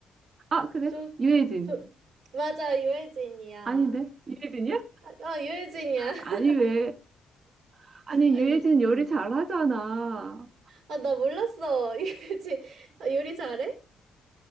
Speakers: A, on the right; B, on the right.
A: 아 그래
B: 조,
A: 유해진
B: 조, 맞아, 유해진이야.
A: 아닌데 유해진이야?
B: 아, 아, 유해진이야. <laughs>
A: 아니 왜 아니
B: 아,
A: 유해진
B: 이, 음.
A: 요리 잘하잖아.
B: 아, 나 몰랐어. <laughs> 유해진. 아, 요리 잘해?